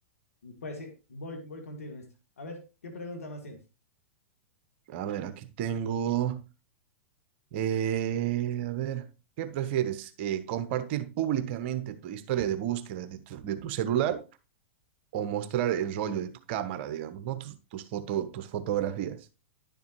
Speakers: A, on the left; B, on the right.
A: Pues sí, voy, voy contigo en esta. A ver, ¿qué pregunta más tienes?
B: A ver, aquí tengo, eh, a ver, ¿qué prefieres? Eh, ¿compartir públicamente tu historia de búsqueda de tu, de tu celular o mostrar el rollo de tu cámara, digamos, ¿no? Tus, tus, foto, tus fotografías.